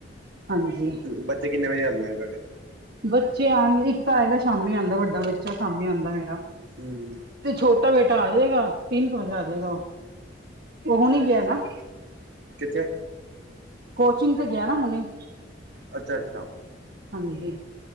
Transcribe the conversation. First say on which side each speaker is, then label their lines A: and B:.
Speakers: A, on the right; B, on the right.
A: ਹਾਂਜੀ
B: ਬੱਚੇ ਕਿੰਨੇ ਵਜੇ ਆਉਂਦੇ ਨੇ ਤੁਹਾਡੇ
A: ਬੱਚੇ ਆਉਣਗੇ, ਇੱਕ ਤਾਂ ਆਏਗਾ ਸ਼ਾਮੀ ਆਂਉਦਾ ਵੱਡਾ ਬੱਚਾ ਸ਼ਾਮੀ ਆਉਂਦਾ ਮੇਰਾ
B: ਹੂੰ
A: ਤੇ ਛੋਟਾ ਬੇਟਾ ਆ ਜਾਏਗਾ, ਤਿੰਨ ਕੁ ਵਜੇ ਆ ਜਾਏਗਾ, ਉਹ ਹੁਣੀ ਗਿਆ
B: ਅੱਛਾ,
A: ਨਾ
B: ਕਿੱਥੇ
A: ਕੋਚਿੰਗ ਤੇ ਗਿਆ ਨਾ ਹੁਣੇ
B: ਅੱਛਾ, ਅੱਛਾ
A: ਹਾਂਜੀ,